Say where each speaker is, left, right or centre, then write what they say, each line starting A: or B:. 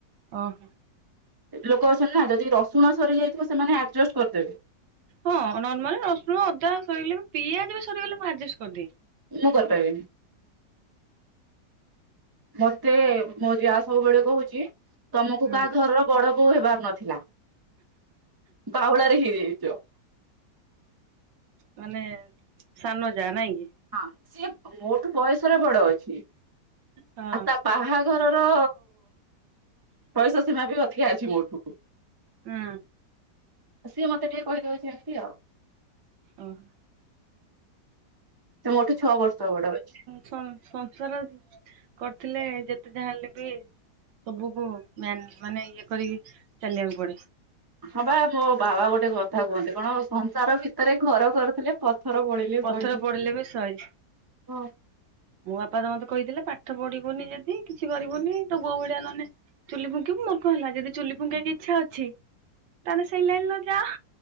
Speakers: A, on the right (about 80°); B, on the right (about 15°).
A: ଓହୋ।
B: ଲୋକ ଅଛନ୍ତି ନା ଯଦି ବି ରସୁଣ ସରି ଯାଇଥିବ ସେମାନେ ଆଡ଼ଜଷ୍ଟ କରିଦେବେ।
A: ହଁ ନର୍ମାଲି ରସୁଣ ଅଦା ସରିଗଲେ ପିଆଜ ବି ସରିଗଲେ ମୁଁ ଆଡଜେଷ୍ଟ କରିଦିଏ।
B: ମୁଁ କରି ପାରିବିନି। ମତେ ମୋ ଯାହା ସବୁବେଳେ କହୁଛି ତମକୁ
A: ହୁଁ
B: କାହା ଘରର। ବଡ ବୋହୁ ହେବାର ନଥିଲା। ବାଉଳା ରେ ହେଇ ଯାଇଛି।
A: ମାନେ ସାନ ଯା ନାଇଁ କି।
B: ହଁ ସିଏ ମୋଠୁ ବୟସରେ ବଡ ଅଛି।
A: ହଁ
B: ଆଉ ତା ବାହାଘର ର। ବୟସ ସୀମା ବି ଅଧିକା ଅଛି ମୋଠୁ।
A: ଉଁ।
B: ସିଏ ମତେ ଟିକେ କହି ଦଉଛି ଏମତି ଆଉ।
A: ଓ ହୋ।
B: ସେ ମୋଠୁ ଛଅ ବର୍ଷ ବଡ ଅଛି।
A: ସଂ ସଂସାର କରିଥିଲେ ଯେତେ ଯାହା ହେଲେ ବି। ସବୁକୁ ମ୍ଯାନ୍ ମାନେ ଇଏ କରିକି ଚାଲିବାକୁ ପଡ଼େ।
B: ହଁ ବା ମୋ ବାବା ଗୋଟେ କଥା କୁହନ୍ତି କଣ ସଂସାର ଭିତରେ ଘର କରିଥିଲେ ପଥର ପଡ଼ି ଲେ
A: ପଥର
B: ସହି
A: ପଡିଲେ ବି ସରି
B: ହଁ।
A: ମୋ ବାପା ତ ମତେ କହିଥିଲେ ପାଠ ପଢିବୁନି ଯଦି କିଛି କରିବୁନି ତୋ ବୋଉ ଭଳିଆ ନହେନେ ଚୁଲି ଫୁଙ୍କିବୁ ମୋର କଣ ହେଲା ଯଦି ଚୁଲି ଫୁଙ୍କିବାକୁ ଇଚ୍ଛା ଅଛି। ତାହେନେ ସେଇ ଲାଇନର ଯା